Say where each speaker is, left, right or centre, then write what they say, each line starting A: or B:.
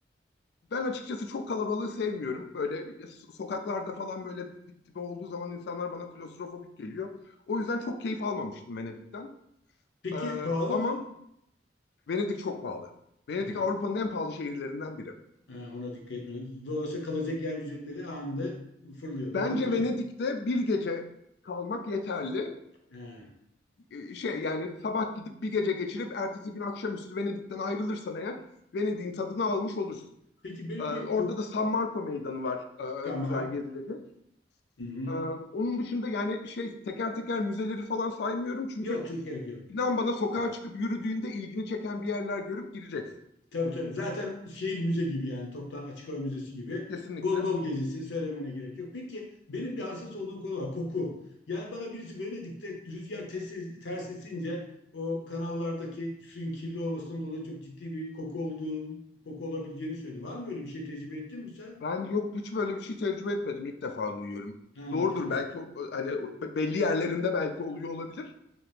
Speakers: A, on the left; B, on the left.
A: ben açıkçası çok kalabalığı sevmiyorum. Böyle so- sokaklarda falan böyle dip dibe olduğu zaman insanlar bana klostrofobik geliyor. O yüzden çok keyif almamıştım Venedik'ten.
B: Peki
A: Ee,
B: pahalı
A: Ama
B: mı?
A: Venedik çok pahalı. Venedik
B: He,
A: Avrupa'nın en pahalı şehirlerinden biri.
B: he, ona dikkat etmiyoruz. Dolayısıyla kalacak yer ücretleri anında fırlıyor.
A: Bence
B: Doğru değil
A: Venedik'te
B: mi?
A: bir gece kalmak yeterli.
B: He.
A: Ee, şey yani sabah gidip bir gece geçirip ertesi gün akşamüstü Venedik'ten ayrılırsan eğer Venedik'in tadını almış olursun.
B: Peki benim
A: Ee, orada
B: bir kok
A: da San Marco Meydanı var ee,
B: tamam.
A: güzel gezilecek.
B: Hı-hı.
A: Ee, onun dışında yani şey teker teker müzeleri falan saymıyorum çünkü
B: Yok yok, gerek yok.
A: inan bana sokağa çıkıp yürüdüğünde ilgini çeken bir yerler görüp gireceksin.
B: Tabii tabii. Zaten şehir müze gibi yani toptan açık hava müzesi gibi.
A: Kesinlikle.
B: Gondol gezisi söylemene gerek yok. Peki benim bir hassas olduğum konu var. Koku. Yani bana birisi Venedik'te rüzgar ters, ters esince o kanallardaki suyun kirli olmasından dolayı çok ciddi bir koku olduğunu, koku olabileceğini söyledi. Var mı böyle bir şey tecrübe ettin mi sen?
A: Ben yok hiç böyle bir şey tecrübe etmedim. İlk defa duyuyorum.
B: Ha,
A: Doğrudur
B: tamam.
A: belki o- hani o- belli yerlerinde belki oluyor olabilir.